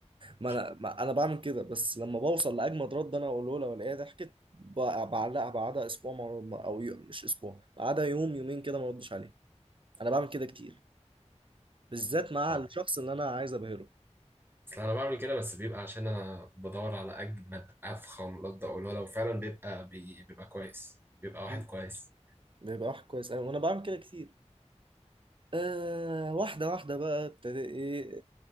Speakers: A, on the right; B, on the right.
A: ما
B: شاء
A: انا
B: الله
A: ما انا بعمل كده بس لما بوصل لاجمد رد انا اقوله لها والاقيها ضحكت ب- بعلقها بعدها اسبوع ما- ما- او يوم مش اسبوع بعدها يوم يومين كده ما اردش عليها انا بعمل كده كتير بالذات مع
B: آه.
A: الشخص اللي انا عايز ابهره
B: اصل انا بعمل كده بس بيبقى عشان انا بدور على اجمد افخم رد اقوله لو فعلا بيبقى بي- بيبقى كويس بيبقى واحد
A: مم.
B: كويس
A: بيبقى واحد كويس أوي وأنا بعمل كده كتير آه واحدة واحدة بقى ابتدى إيه